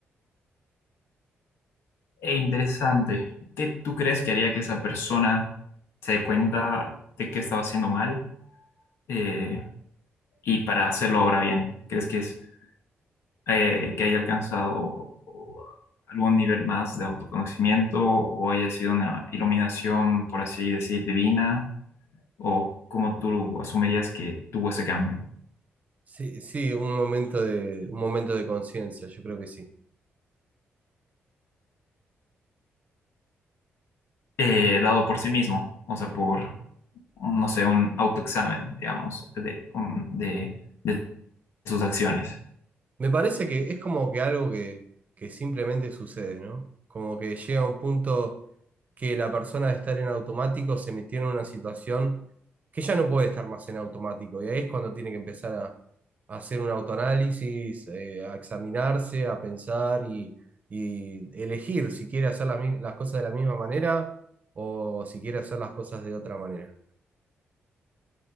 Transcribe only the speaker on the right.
Sí, sí, un momento de, un momento de conciencia, yo creo que sí.
Me parece que es como que algo que, que simplemente sucede, ¿no? Como que llega un punto que la persona de estar en automático se metió en una situación que ya no puede estar más en automático. Y ahí es cuando tiene que empezar a, a hacer un autoanálisis, eh, a examinarse, a pensar y, y elegir si quiere hacer las, mi- las cosas de la misma manera o si quiere hacer las cosas de otra manera.